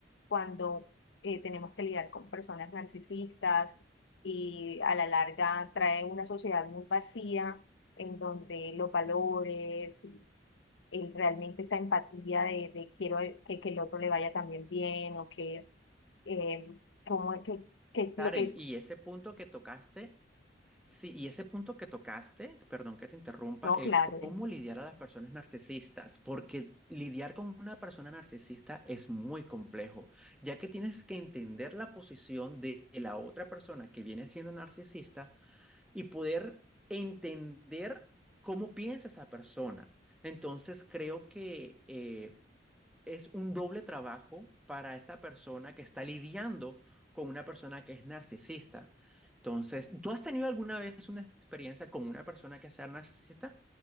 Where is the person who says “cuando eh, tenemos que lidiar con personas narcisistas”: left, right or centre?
Left